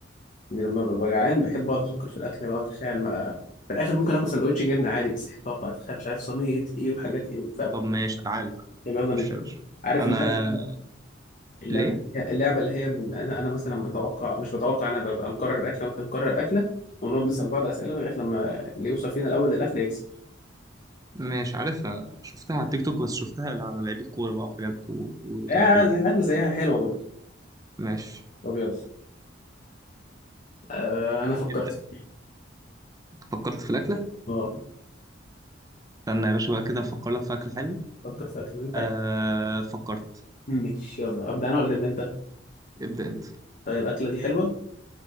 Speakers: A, on the left; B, on the right.
A: يعني لما ببقى جعان بحب اقعد افكر في الاكل بقى اتخيل ما في الاخر ممكن اكل سندوتش جبنه عادي بس احب اقعد بقى اتخيل مش عارف صينيه ايه وحاجات ايه فاهم
B: طب ماشي تعالى تعالى
A: طب يلا
B: خش
A: ند
B: يا باشا
A: عارف
B: انا
A: اللعبه اللعبه
B: ليه
A: اللعبه اللي هي من انا انا مثلا بتوقع مش بتوقع انا ببقى مقرر الاكله وانت مقرر الاكله ونقعد نسال بعض اسئله لغايه لما اللي يوصل فينا الاول للاكل يكسب
B: مش عارف شفتها على التيك توك بس شفتها على لعيبه كوره بقى وحاجات و- وزي
A: يعني
B: كده
A: الاكل زيها حلوه برضه
B: ماشي
A: طب يلا آه انا فكرت
B: ابدا فكرت في الاكله
A: اه
B: استنى يا باشا بقى كده افكر لك في اكل حلو
A: فكر في اكله طيب
B: آه فكرت
A: ماشي يلا ابدا انا ولا تبدا انت
B: ابدا انت
A: طيب الاكله دي حلوه